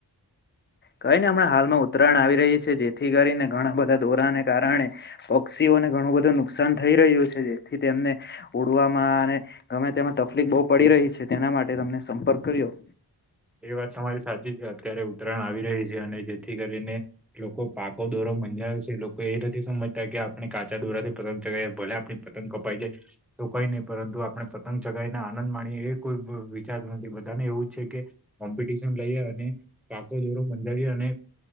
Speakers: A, on the left; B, in the centre.
A: કઈને હમણાં હાલમાં ઉત્તરાયણ આવી રહી છે, જેથી કરીને ઘણા બધા દોરાને કારણે પક્ષીઓને ઘણું બધું નુકસાન થઈ રહ્યું છે, જેથી તેમને ઉડવામાં અને ગમે તેમાં તકલીફ બહુ પડી રહી તેના માટે તમને સંપર્ક કર્યો
B: એ વાત તમારી સાચી છે, અત્યારે ઉત્તરાયણ આવી રહી છે, અને જેથી કરીને લોકો પાકો દોરો મંજ આવેે છે, લોકો એ નથી સમજતા કે આપણે કાચા દોરાથી પતંગ ચગાવ ભલે આપણી પતંગ કપાઈ જાય તો કઈ નહી પરંતુ આપણે પતંગ ચગાવીને આનંદ માણીએ એ કોઈ વિચારું નથી બધાને એવું છે, કે કોમ્પિટિશન લઈ, અને પાકો દોરો મંજાવી અને